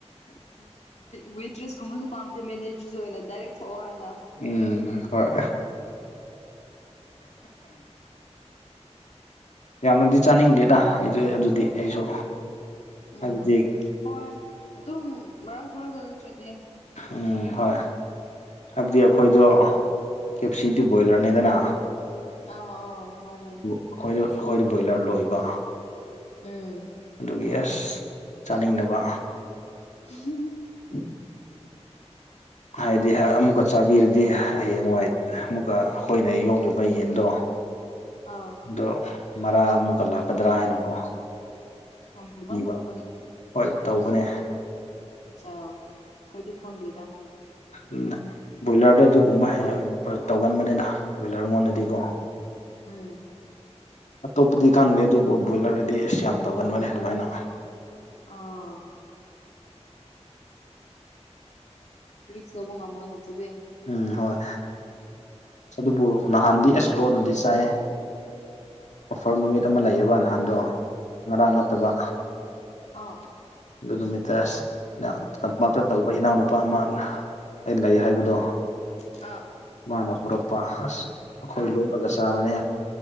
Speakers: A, on the left; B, on the left.
A: ꯎ ꯋꯦꯇ꯭ꯔꯦꯁ ꯀꯨꯝꯕꯁꯨ ꯄꯥꯝꯗꯦ ꯃꯦꯅꯦꯖꯔꯁ ꯑꯣꯏꯅ ꯗꯥꯏꯔꯦꯛ ꯊꯣꯛꯑꯣ ꯍꯥꯏꯅ
B: ꯎꯝ ꯍꯣꯏ ꯌꯥꯝꯅꯗꯤ ꯆꯥꯅꯤꯡꯗꯦꯗ ꯑꯩ ꯑꯗꯨꯗꯤ ꯑꯩꯁꯨ
A: ꯎꯝ
B: ꯍꯥꯏꯕꯗꯤ
A: ꯍꯣꯏ ꯑꯗꯨꯝ ꯃꯔꯛ ꯃꯔꯛꯇ ꯅꯠꯇ꯭ꯔꯣꯏꯗꯤ
B: ꯎꯝ ꯍꯣꯏ ꯍꯥꯏꯕꯗꯤ ꯑꯩꯈꯣꯏꯗꯣ ꯀꯦꯞ ꯁꯤꯗꯤ ꯕꯣꯏꯂꯔꯅꯤꯗꯅ
A: ꯑꯥꯎ ꯑꯥꯎ ꯃꯥꯅꯤ
B: ꯑꯩꯈꯣꯏꯗ ꯑꯩꯈꯣꯏꯗ ꯕꯣꯏꯂꯔ ꯂꯣꯏꯕ
A: ꯎꯝ
B: ꯑꯗꯨꯒꯤ ꯑꯦꯁ ꯆꯥꯅꯤꯡꯅꯕ
A: ꯎ
B: <inaudible> ꯍꯥꯏꯗꯤ ꯑꯃꯨꯛꯀ ꯆꯥꯕꯤꯔꯗꯤ ꯍꯌꯦꯡꯋꯥꯏ ꯑꯃꯨꯛꯀ ꯑꯩꯈꯣꯏꯅ ꯌꯣꯛꯂꯤꯕ ꯌꯦꯟꯗꯣ
A: ꯑꯥꯎ
B: ꯑꯗꯣ ꯃꯔꯥ ꯑꯃꯨꯛꯀ ꯂꯥꯛꯀꯗ꯭ꯔꯥ ꯍꯥꯏꯅꯀꯣ
A: ꯑꯣ ꯑꯗꯨꯗꯨꯕꯥꯥꯏ
B: ꯀꯤꯕ
A: ꯇꯧꯕꯣꯅꯦ
B: ꯍꯣꯏ ꯇꯧꯕꯅꯦ
A: ꯑꯆꯥ ꯑꯩꯣꯏꯗꯤꯈꯣꯡꯗꯤꯗ
B: ꯎꯝ ꯕꯣꯏꯂꯔꯗ ꯑꯗꯨꯒꯨꯝꯕ ꯍꯦꯛ ꯇꯧꯒꯟꯕꯅꯤꯗ ꯕꯣꯏꯂꯔꯉꯣꯟꯗꯗꯤꯀꯣ
A: ꯎꯝ ꯎꯝ
B: ꯑꯇꯣꯞꯄꯗꯤ ꯈꯪꯗꯦ ꯑꯗꯨꯕꯨ ꯕꯣꯏꯂꯔꯗꯗꯤ ꯑꯁ ꯌꯥꯝ ꯇꯧꯒꯟꯕꯅꯦ ꯑꯗꯨꯃꯥꯏꯅ
A: ꯑꯣ ꯔꯤꯛꯁ ꯂꯧꯕ ꯉꯝꯃꯣꯏ ꯑꯗꯨ ꯑꯗꯨꯗꯤ
B: ꯎꯝ ꯍꯣꯏ ꯑꯗꯨꯕꯨ ꯅꯍꯥꯟꯗꯤ ꯑꯦꯁꯂꯣꯅꯗꯤ ꯆꯥꯏꯌꯦ ꯑꯣꯐꯔ ꯅꯨꯃꯤꯠ ꯑꯃ ꯂꯩꯌꯦꯕ
A: ꯎꯝ
B: ꯅꯍꯥꯟꯗꯣ ꯉꯔꯥꯡ ꯅꯠꯇꯕ
A: ꯑꯣ
B: ꯑꯗꯨ ꯅꯨꯃꯤꯠꯇ ꯇꯝꯄꯥꯛꯇ ꯇꯧꯕ ꯏꯅꯥꯎꯅꯨꯄꯥ ꯑꯃꯅ ꯑ ꯂꯩ ꯍꯥꯏꯕꯗꯣ
A: ꯑꯥ
B: ꯃꯥꯅ ꯄꯨꯔꯛꯄ ꯑꯁ ꯑꯩꯈꯣꯏ
A: ꯑꯥ
B: ꯂꯣꯠꯂꯒ ꯆꯥꯕꯅꯦ